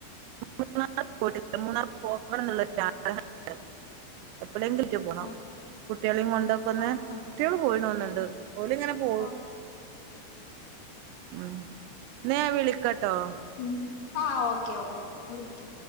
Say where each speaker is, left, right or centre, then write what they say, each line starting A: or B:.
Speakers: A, on the right (about 90°); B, on the left (about 85°).
A: മൂന്നാർ മൂന്നാർ പോയിട്ടില്ല പോവണം എന്നുള്ള ആഗ്രഹം ഉണ്ട് എപ്പോഴെങ്കിലും ഏറ്റെ പോണം
B: ആഹ്
A: കുട്ടികളെയും കൊണ്ടോക്കൊന്നു
B: ആഹ് ആഹ്
A: കുട്ടികളും പോയിണന്നണ്ട് ഓല് ഇങ്ങനെ പോകും
B: ആഹ്
A: ഉം ന്നാ ഞാൻ വിളിക്കാട്ടോ
B: ഉ ആ ഓക്കെ ഓക്കെ വിളിക്ക